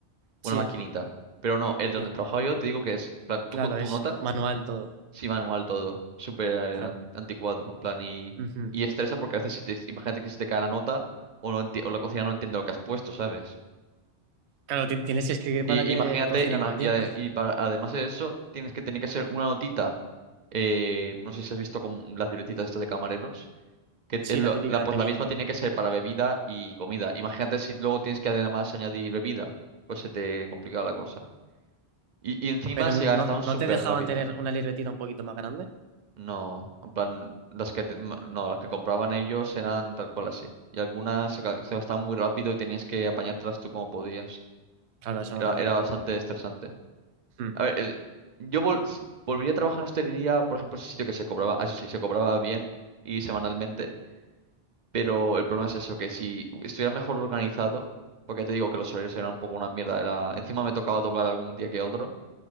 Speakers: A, on the right; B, on the right.
A: una
B: Sí,
A: maquinita. Pero no, el donde
B: sí,
A: trabajaba yo te digo que es, en plan, tú
B: claro,
A: con tu
B: es
A: nota,
B: manual todo,
A: sí manual todo, súper eh,
B: claro.
A: an- anticuado, en plan, y,
B: Ujú.
A: y estresa porque a veces si te, imagínate que se te cae la nota o, no enti- o la cocina no entiende lo que has puesto, ¿sabes?
B: Claro, ti- tienes que escribir
A: Y
B: para que
A: imagínate,
B: la cocina
A: ima-
B: lo entienda.
A: y, ade- y para, además de eso, tienes que tener que hacer una notita. eh, no sé si has visto con las libretitas estas de camareros. Que es
B: Sí,
A: lo-
B: la típica
A: la,
B: de
A: pues
B: pequeñito.
A: la misma tiene que ser para bebida y comida. Imagínate si luego tienes que además añadir bebida. Pues se te complica la cosa. Y, y encima
B: Pero
A: se gastaban
B: no,
A: súper
B: no te dejaban
A: rápido.
B: tener una libretita un poquito más grande.
A: No, en plan, las que, te- m- no, las que compraban ellos eran tal cual así. Y algunas se, ga- se gastaban muy rápido y tenías que apañártelas tú como podías.
B: Claro, a eso
A: Era,
B: me refiero.
A: era bastante estresante.
B: Mm,
A: A ver, el- yo vol- s- volvería a trabajar en hostelería, por ejemplo, ese sitio que se cobraba, ah, eso sí, se cobraba bien y semanalmente, pero el problema es eso, que si estuviera mejor organizado, porque ya te digo que los horarios eran un poco una mierda, era, encima me tocaba doblar algún día que otro.